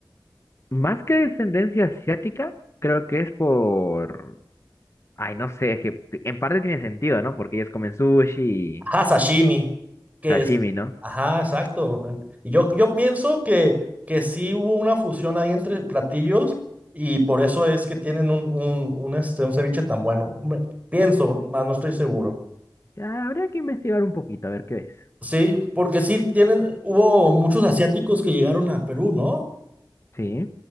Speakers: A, on the left (about 35°); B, on the right (about 20°).
A: Más que descendencia asiática, creo que es por... Ay, no sé, es que en parte tiene sentido, ¿no? Porque ellos comen sushi y
B: Ajá, sashimi, que
A: sashimi,
B: es,
A: ¿no?
B: ajá, exacto. En- Y yo, yo pienso que, que sí hubo una fusión ahí entre platillos y por eso es que tienen un, un, un, este, un ceviche tan bueno. Me- pienso, más no estoy seguro.
A: Ya, habría que investigar un poquito, a ver qué es.
B: Sí, porque sí tienen, hubo muchos asiáticos que llegaron a Perú, ¿no?
A: Sí.